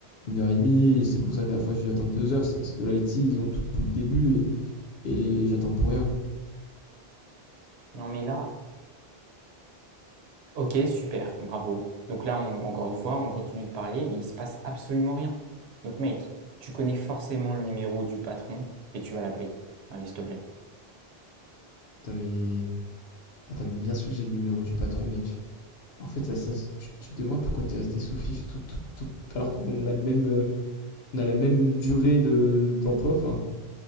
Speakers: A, on the left; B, on the right.
A: une heure et demie, et c'est pour ça que la dernière fois, j'ai dû attendre deux heures, c'est parce que l'IT, ils ont tout depuis le début, et, et j'attends pour rien.
B: Non mais là, ok, super, bravo. Donc là, on- encore une fois, on continue de parler et il se passe absolument rien. Donc mec, tu connais forcément le numéro du patron et tu vas l'appeler. Allez, s'il te plaît.
A: Putain, mais... Attends, mais bien sûr que j'ai le numéro du patron, mais tu... En fait, ça, ça, tu, tu te demandes pourquoi t'es resté sous FIF tout, tout, tout, alors qu'on a le même... euh, on a la même durée de d'emploi. Enfin,